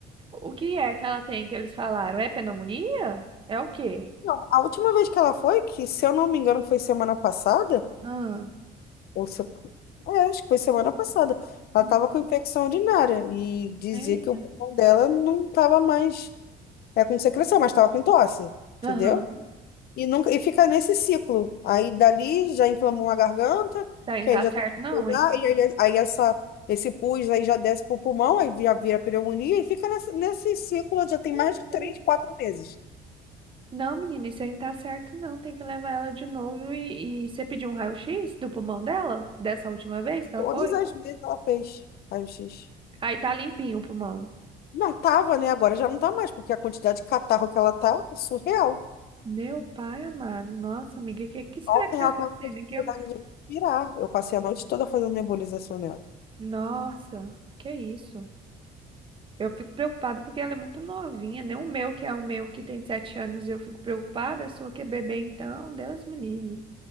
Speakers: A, on the right; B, on the left.
A: o que é que ela tem que eles falaram? É pneumonia? É o quê?
B: Não, a última vez que ela foi, que se eu não me engano foi semana passada,
A: Ah.
B: Ou se- é, acho que foi semana passada. Ela
A: Hum.
B: estava com infecção urinária e dizia
A: Eita.
B: que o pulmão dela não estava mais. É com secreção, mas estava com tosse, entendeu?
A: Aham.
B: E, nunca, e fica nesse ciclo. Aí dali já inflamou uma garganta,
A: Tá, não
B: que aí
A: tá
B: já
A: certo
B: tem que
A: não,
B: cuidar,
A: hein?
B: e aí, aí essa, esse pus aí já desce pro pulmão, aí vira, vira pneumonia e fica nessa- nesse ciclo já tem
A: Meu
B: mais de três,
A: Deus.
B: quatro meses.
A: Não, menina, isso aí não tá certo não. Tem que levar ela de novo e, e você pediu um raio-x do pulmão dela? Dessa última vez que ela
B: Todas
A: foi?
B: as vezes ela fez raio-x.
A: Aí tá limpinho o pulmão.
B: Não tava, né? Agora já não tá mais, porque a quantidade de catarro que ela tá é surreal.
A: Meu pai amado. Nossa, amiga, o que, que será
B: Ontem
A: que tá
B: ela
A: acontecendo?
B: estava com dificuldade
A: Em Que eu...
B: de respirar. Eu passei a noite toda fazendo nebulização nela.
A: Nossa, que isso? Eu fico preocupada porque ela é muito novinha, nem o meu, que é o meu que tem sete anos, eu fico preocupada. A sua que é bebê, então, Deus me livre.